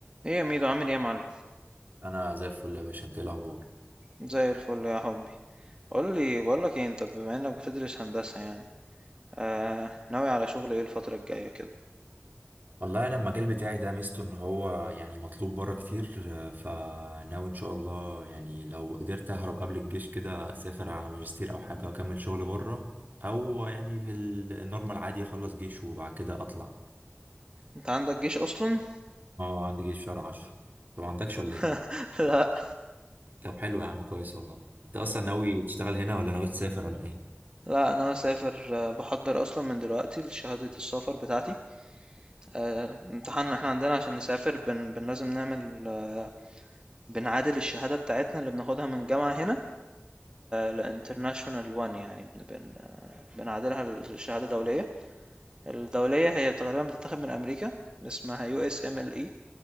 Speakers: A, on the right (about 25°); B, on the right (about 50°).
A: ايه يا ميدو عامل ايه يا معلم
B: انا زي الفل يا باشا انت ايه الاخبار
A: زي الفل يا حبي قول لي بقول لك ايه انت بما انك بتدرس هندسة يعني آه ناوي على شغل ايه الفترة الجاية كده
B: والله انا المجال بتاعي ده ميزته ان هو يعني مطلوب بره كتير آه، فناوي ان شاء الله يعني لو قدرت اهرب قبل الجيش كده اسافر على ماجستير او حاجه واكمل شغل بره او يعني في النورمال عادي اخلص جيش وبعد كده اطلع
A: انت عندك جيش اصلا
B: اه عندي جيش شهر عشرة طب ما عندكش ولا
A: <laughs>
B: ايه
A: لا
B: طب حلو يا عم كويس والله انت اصلا ناوي تشتغل هنا ولا ناوي تسافر ولا ايه
A: لا انا مسافر آه، بحضر اصلا من دلوقتي لشهادة السفر بتاعتي آه امتحان احنا عندنا عشان نسافر بن, بن لازم نعمل آه، بنعادل الشهادة بتاعتنا اللي بناخدها من جامعة هنا لانترناشونال وان يعني بن, بن, بنعادلها لشهادة دولية الدولية هي غالبا بتتاخد من امريكا اسمها يو اس ام ال اي